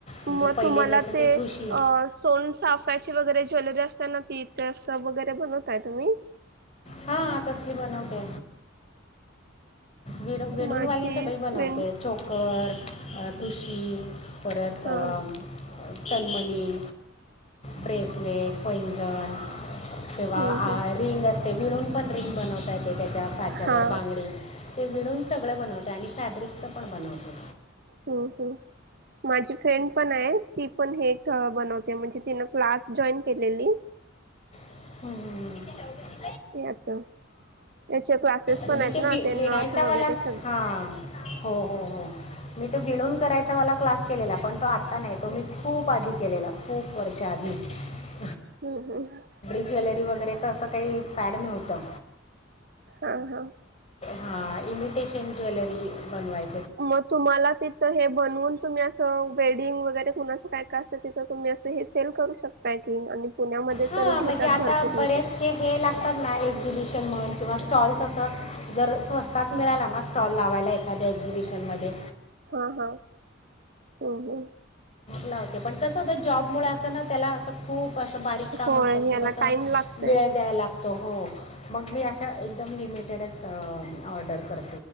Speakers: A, on the left; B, on the right.
A: म्हणजे
B: मग
A: पहिले
B: तुम्हाला
A: जसं
B: ते
A: ठुशी
B: अ सोन चाफ्याचे वगैरे. ज्वेलरी असते ना ती तस वगैरे बनवताय तुम्ही.
A: हा तसली बनवते. वि विणूनवाली
B: माझी
A: सगळी
B: फ्रेंड
A: बनवते चोकर. ठुशी परत अ.
B: हा
A: तनमनी, ब्रेसलेट, पैंजण. तेिव्हा
B: हम्म
A: आ
B: हम्म
A: रिंग असते विळून पण रिंग बनवता येते त्याच्या साच्यावर
B: हा
A: बांगडे. ते विणून सगळं बनवते आणि फॅब्रिकचं पण बनवते.
B: ह् ह् माझी फ्रेंड पण आहे, ती पण हे बनवते. ते म्हणजे तिनं क्लास जॉईन केलेली.
A: हम्म.
B: ए अचछा. त्याचे क्लासेस पण
A: मी मी
B: आहेत ना
A: वि
B: ते
A: विणायचा
B: नथ
A: वाला
B: वगैरे सग.
A: हां हो हो हो. मी तो भेणून करायचा वाला क्लास केलेला पण तो आता नाही, तो मी खूप आधी केलेला, खूप वर्षात. राजजू.
B: हम् हम्..
A: ज्वेलरी वगैरेचं असं काही फॅड नव्हतं.
B: हा हा.
A: हा इमिटेशन ज्वेलरी बनवाय
B: मग तुम्हाला तिथ हे बनून तुम्ही अस अ वेडिंग वगैरे कुणाचं काय काय असतं तिथं तुम्ही असं हे सेल करू शकताय की आणि पुण्यामध्ये
A: हा
B: तर घेतात
A: म्हणजे आता
B: भरपूर
A: बरेच
B: लोक.
A: हे हे लागतात नाही. एक्झिबिशन म्हण किंवा स्टॉल्स असं जर स्वस्तात मिळाला ना स्टॉल लावायला एखाद्या एक्झिबिशन मध्ये
B: हा हा हो हो.
A: लावते पण कसं ग जॉबमुळे असं ना त्याला असं खूप खूप असं बारीक काम
B: होय
A: असतं खूप
B: याला
A: असं
B: टाइम लागतय
A: वेळ द्यायला लागतं. तो हो मग मी अशा एकदम लिमिटेडच अ ऑर्डर कर